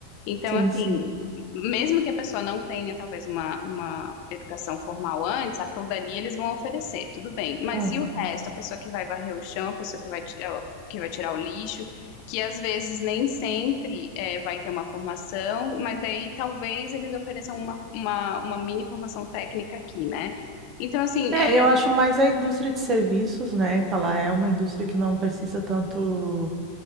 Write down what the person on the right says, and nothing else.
sim,
sim.
aham.
É,
eu acho mais a indústria de serviços, né? Que ela é uma indústria que não precisa tanto